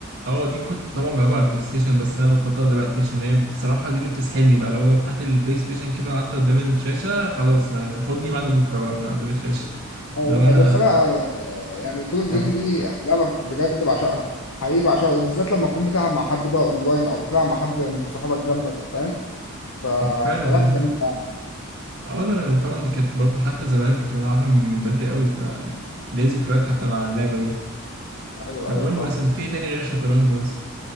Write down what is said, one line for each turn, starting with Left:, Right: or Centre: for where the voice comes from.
Right: اه دي كنت طبعا بلعبها على البلاي ستيشن بس انا بطلتها دلوقتي عشان هي بصراحه دي اللي بتسحلني بقى لو لو فتحت البلاي ستيشن كده وقعدت قدام الشاشه خلاص يعني خدني بعد بكره بقى من قدام الشاشه <laughs>
Left: أه،
Right: لو
Left: دي
Right: انا
Left: حقيقة. بس انا آه، يعني كول اوف ديوتي
Right: اه
Left: دي لعبه بجد بعشقها حقيقي بعشقها بالذات لما تكون بتلعب مع حد بقى اونلاين او بتلعب مع حد من صحابك جنبك فاهم ف...
Right: اه فعلا
Left: فلعبه جميله يعني
Right: اه ده طبعا دي كانت برضو حتى زمان كنت بلعبها من من بدري قوي فيعني ليه ذكريات حتى مع اللعبه دي
Left: ايوه
Right: طب
Left: ايوه
Right: قول
Left: فاهم
Right: لي مثلا في إيه تاني غير الشطرنج مثلا